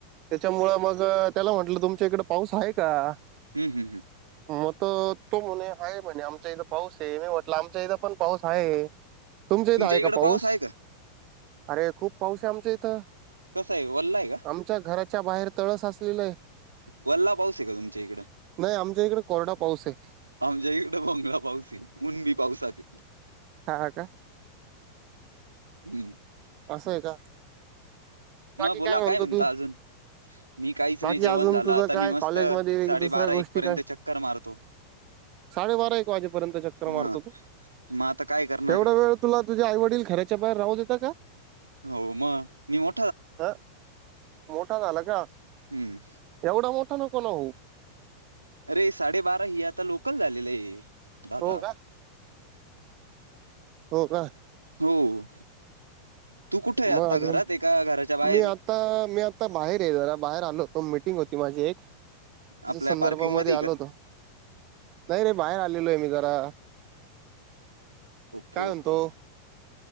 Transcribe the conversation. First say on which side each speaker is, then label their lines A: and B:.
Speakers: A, on the right; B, on the right.
A: त्याच्या मूळ मग त्याला म्हटलं तुमच्या इकडे पाऊस आहे का?
B: हम्म हम्म हम्म.
A: मग तर तो म्हणे आहे म्हणे आमच्या इथं पाऊस ते मी म्हटलं आमच्या इथं पण पाऊस आहे. तुमच्या इथं आहे
B: इकडं
A: का पाऊस?
B: आहे का
A: अरे खूप पाऊस आहे आमच्यां इथं.
B: कसा आहे वल्ला आहे का
A: आमच्या घराच्या बाहेर तळ साचलेलंय.
B: वल्ला पाऊस आहे का तुमच्या इकडं?
A: नाही आमच्या इकडे कोरडा पाऊस आहे.
B: आमच्या इकडे भोंगळा पाऊसये उनबी पाऊसात.
A: हा ह का.
B: हम्म
A: असंय का. बाकी
B: मग बोला
A: म्हणतो
B: काय म्हणता
A: तू
B: अजून? मी काहीच
A: बाकी
B: नाही जेवण
A: अजून
B: झालं
A: तुझं
B: आता
A: काय
B: मी मस्त
A: कॉलेजमध्ये
B: साडेबारा
A: दुसऱ्या गोष्टी
B: एक पर्यंत
A: काय?
B: चक्कर मारतो.
A: साडेबारा एक वाजेपर्यंत चक्र मारतो
B: हा
A: तू?
B: मग आता काय करणार
A: एवढा
B: आहे
A: वेळ तुला तुझ्या आईवडील घराच्या बाहेर राहू देता का?
B: हो म मो
A: ह मोठा झाला का?
B: हम्म
A: एवढा मोठा नको ना होऊ.
B: अरे साडेबारा ही आता लोकल झालेलं आहे. दादा.
A: हो का हो का
B: हो <inaudible> कुठे आहे आता
A: मग अजून
B: घरात आहे का घराच्या बाहेर
A: मी आता
B: आहे
A: मी आता बाहेर आहे जरा बाहेर आलो तो मिटिंग होती. ती माझी एक. त्याच्या
B: आपल्या
A: संदर्भामध्ये
B: पार्किंग मध्ये
A: आलोतो
B: आहे का
A: नाही रे बाहेर आलेलो आहे मी जरा.
B: ओके
A: काय म्हणतो
B: ओके